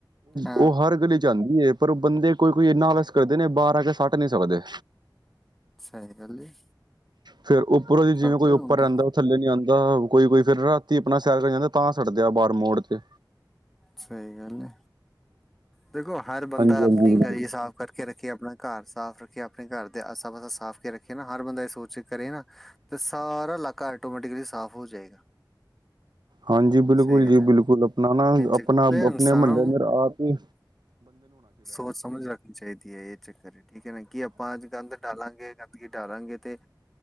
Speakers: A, in the centre; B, on the right.
A: ਹਾਂ
B: ਓ ਹਰ ਗਲੀ ਚ ਜਾਂਦੀ ਏ ਪਰ ਓ ਬੰਦੇ ਕੋਈ- ਕੋਈ, ਏਨਾ ਆਲਸ ਕਰਦੇ ਨੇ ਬਾਰ ਆ ਕੇ, ਸੱਟ ਨਈ ਸਾਕਦੇ।
A: ਸਹੀ ਗੱਲ ਹੈ
B: ਫੇਰ ਓ ਪੂਰੋ ਦੀ, ਜਿਵੇਂ
A: ਕਰਦੇ
B: ਕੋਈ
A: ਨੇ ਹੁਣ
B: ਉੱਪਰ
A: ਤਾਂ
B: ਰੈਂਦਾ। ਥੱਲੇ ਨੀ ਆਂਦਾ। ਕੋਈ- ਕੋਈ ਫੇਰ ਰਾਤੀ ਅਪਨਾ ਸੈਰ ਕਰਨ ਜਾਂਦੇ ਆ, ਤਾਂ ਸੱਟਦੇ ਆ ਬਾਰ ਮੋੜ ਤੇ।
A: ਸਈ ਗੱਲ ਏ, ਦੇਖੋ ਹਰ ਬੰਦਾ
B: ਹਾਂਜੀ ਹਾਂਜੀ
A: ਆਪਣੀ
B: ਬਿਲਕੁਲ
A: ਗਲੀ਼ ਸਾਫ ਕਰਕੇ ਰੱਖੇ, ਅਪਣਾ ਘਾਰ ਸਾਫ ਰੱਖੇ, ਆਪਣੇ ਘਰ ਦੇ ਆਸਾ-ਪਾਸਾ ਸਾਫ ਕੇ ਰੱਖੇ ਨਾ, ਹਰ ਬੰਦਾ ਏ ਸੋਚ ਕਰੇ ਨਾ ਤੇ ਸਾਰਾ, ਲਾਕਾ ਆਟੋਮੈਟਿਕਲੀ ਸਾਫ ਹੋ ਜਾਏਗਾ।
B: ਹਾਂਜੀ, ਬਿਲਕੁਲ
A: ਸਹੀ ਗੱਲ
B: ਜੀ
A: ਹੈ ਨਾ
B: ਬਿਲਕੁਲ। ਅਪਨਾ ਨਾ
A: ਇਹ ਚੱਕਰ
B: ਅਪਨਾ
A: ਇਹ
B: ਅਪਨੇ
A: ਇਨਸਾਨਾਂ
B: ਮਹੱਲੇ
A: ਨੂੰ
B: ਫੇਰ ਆਪ ਈ
A: ਸੋਚ ਸਮਜ ਰੱਖਨੀ ਚਾਈਦੀ ਏ। ਏ ਚੱਕਰ ਏ ਠੀਕ ਏ ਨਾ, ਕਿ ਆਪਾਂ ਅੱਜ ਗੰਦ ਡਾਲਾਂਗੇ ਗੰ ਡਾਲਾਂਗੇ ਤੇ